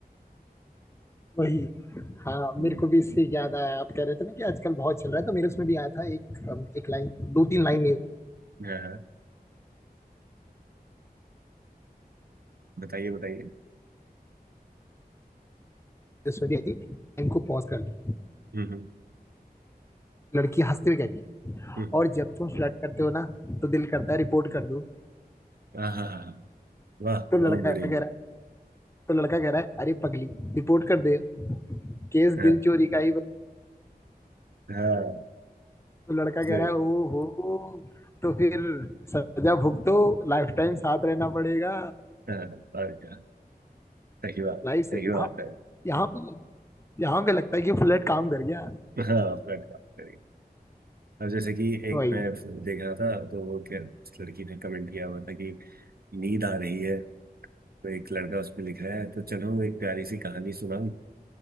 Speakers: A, on the left; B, on the right.
A: वही हाँ मेरे
B: हम्म,
A: को भी इससे याद आया आप कह रहे थे ना कि आजकल बहुत चल रहा है तो मेरे उसमें भी आया था एक एक लाइन दो तीन लाइन मेरे
B: हाँ हाँ, बताइए बताइए
A: उसमें भी आई थी लाइन को पॉज कर ली
B: हम्म हम्म
A: लड़की हंसते हुए कह रही है
B: हम्म,
A: और जब तुम फ्लर्ट करते हो ना तो दिल करता है रिपोर्ट कर दूं
B: हाँ हाँ हाँ, हाँ। वाह
A: तो
B: बहुत
A: लड़का
B: बढ़िया
A: कह रहा है तो लड़का कह रहा है अरे पगली रिपोर्ट कर दे केस
B: हाँ
A: दिल चोरी का ही
B: हाँ
A: तो लड़का कह
B: सही
A: रहा है ओ हो तो फिर सजा भुगतो लाइफ टाइम साथ रहना पड़ेगा
B: हाँ और क्या सही बात
A: लाइफ
B: है
A: से यहाँ
B: सही बात
A: पे-
B: है
A: यहाँ पे- यहाँ पे लगता है कि फ्लर्ट काम कर गया
B: हाँ फ्लर्ट काम करिए अब जैसे कि एक
A: वही
B: मैं देख रहा था तो वो क्या उस लड़की ने कमेंट किया हुआ था कि नींद आ रही है तो एक लड़का उसमें लिख रहा है तो चलो एक प्यारी सी कहानी सुनाऊं